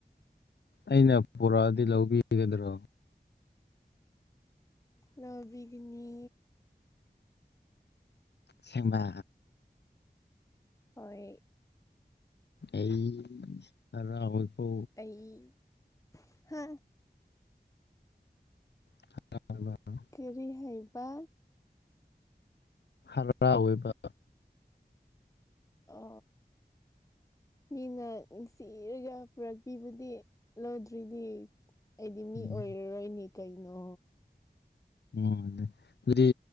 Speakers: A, on the left; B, on the left.
A: ꯑꯩꯅ ꯄꯨꯔꯛꯗꯤ ꯂꯧꯕꯤꯒꯗ꯭ꯔꯣ
B: ꯂꯧꯕꯤꯒꯅꯤ
A: ꯁ‌ꯦꯡꯕ
B: ꯍꯣꯏ
A: ꯑꯩ ꯍꯔꯥꯎ ꯏ ꯀꯣ
B: ꯑꯩꯩ ꯍꯥ
A: <unintelligible>
B: ꯀꯔꯤ ꯍꯥꯏꯕ
A: <unintelligible> ꯑꯣꯏꯕ
B: ꯑ ꯃꯤꯅ ꯅꯨꯡꯁꯤꯔꯒ ꯄꯨꯔꯛꯄꯤꯕꯨꯗꯤ ꯂꯣꯏꯗ꯭ꯔꯤꯗꯤ ꯑꯩꯗꯤ ꯃꯤ
A: ꯎꯝ
B: ꯑꯣꯏꯔꯔꯣꯏꯅꯤ ꯀꯩꯅꯣ
A: ꯎꯝ ꯑꯗꯨꯗꯤ